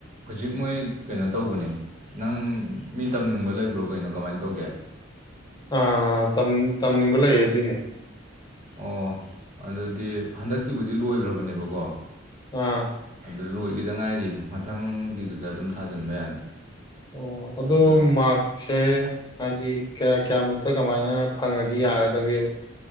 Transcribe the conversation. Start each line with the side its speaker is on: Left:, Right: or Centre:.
Right: ꯍꯧꯖꯤꯛ ꯃꯣꯏ ꯀꯩꯅꯣ ꯇꯧꯕꯅꯦ ꯅꯪ ꯃꯤ ꯇꯝꯅꯤꯡꯕ ꯂꯩꯕ꯭ꯔꯣ ꯀꯩꯅꯣ ꯀꯃꯥꯏ ꯇꯧꯒꯦ꯫
Left: ꯑꯥ ꯇꯝꯅꯤꯡꯕ ꯂꯩꯌꯦ ꯑꯗꯨꯏꯅꯦ
Right: ꯑꯣ ꯑꯗꯨꯗꯤ ꯍꯟꯗꯛꯀꯤꯕꯨꯗꯤ ꯂꯣꯏꯈ꯭ꯔꯕꯅꯦꯕꯀꯣ
Left: ꯑꯥ
Right: ꯑꯗꯨ ꯂꯣꯏꯒꯤꯗ ꯉꯥꯏꯔꯤ ꯃꯊꯪꯒꯤꯗꯨꯗ ꯑꯗꯨꯝ ꯊꯥꯖꯤꯟꯕ ꯌꯥꯅꯤ
Left: ꯑꯣ ꯑꯗꯨꯗꯣ
Right: ꯑꯗꯣ
Left: ꯃꯥ ꯁꯦ ꯍꯥꯏꯗꯤ ꯀꯌꯥ ꯀꯌꯥꯃꯨꯛꯇ ꯀꯃꯥꯏꯅ ꯐꯪꯉꯗꯤ ꯌꯥꯒꯗꯒꯦꯕ